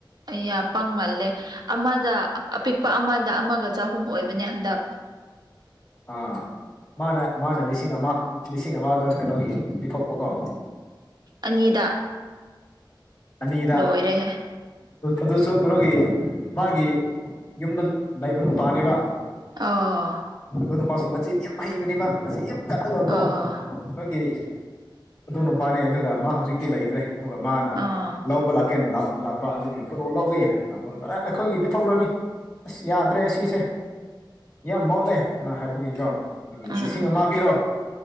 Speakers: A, on the right (about 55°); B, on the left (about 40°).
A: ꯌꯥ ꯄꯪꯃꯜꯂꯦ ꯑꯃꯗ ꯑꯄꯤꯛꯄ ꯑꯃꯗ ꯑꯃꯒ ꯆꯍꯨꯝ ꯑꯣꯏꯕꯅꯦ ꯍꯟꯗꯛ
B: ꯑꯥ ꯃꯥꯅ ꯃꯥꯅ ꯂꯤꯁꯤꯡ ꯑꯃ ꯂꯤꯁꯤꯡ ꯑꯃꯗ ꯀꯩꯅꯣꯒꯤ ꯄꯤꯊꯣꯛꯄꯀꯣ
A: ꯑꯅꯤꯗ
B: ꯑꯅꯤꯗ
A: ꯂꯣꯏꯔꯦꯍꯦ
B: ꯑꯗꯨꯁꯨ ꯀꯩꯅꯣꯒꯤ ꯃꯥꯒꯤ ꯌꯨꯝꯗ ꯂꯩꯕ ꯅꯨꯄꯥꯅꯤꯕ
A: ꯑ
B: ꯑꯗꯣ ꯅꯨꯄꯥꯁꯨ ꯃꯆꯤꯟ ꯌꯥꯝ ꯍꯩꯕꯅꯤꯕ ꯃꯆꯤꯟ ꯌꯥꯝ ꯆꯠꯂꯒ ꯑꯗꯣ
A: ꯑꯥ
B: ꯅꯈꯣꯏꯒꯤ ꯑꯗꯨ ꯅꯨꯄꯥꯅꯦ ꯑꯗꯨꯒ ꯃꯥ ꯍꯧꯖꯤꯛꯇꯤ ꯂꯩꯇ꯭ꯔꯦ ꯑꯃ ꯃꯥꯅ
A: ꯑꯥ
B: ꯂꯧꯕ ꯂꯥꯛ ꯆꯤꯀꯦꯟ ꯂꯥꯛꯄ ꯑꯗꯨꯗꯒꯤ ꯀꯩꯅꯣ ꯂꯧꯒꯦꯅ ꯂꯥꯛꯄ ꯑꯩꯈꯣꯏꯒꯤ ꯄꯤꯊꯣꯛꯔꯅꯤ ꯑꯁ ꯌꯥꯗ꯭ꯔꯦ ꯁꯤꯁꯦ ꯌꯥꯝ ꯃꯣꯠꯂꯦ ꯅ ꯍꯥꯏꯕꯒꯤꯀꯣ ꯑꯗꯨ
A: ꯎꯝ
B: ꯂꯤꯁꯤꯡ
A: ꯎꯝ
B: ꯑꯃ ꯄꯤꯔꯣ